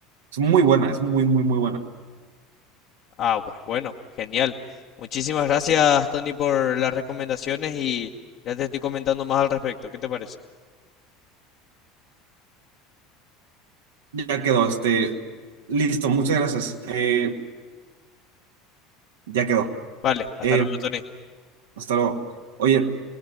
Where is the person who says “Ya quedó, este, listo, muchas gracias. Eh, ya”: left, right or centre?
Right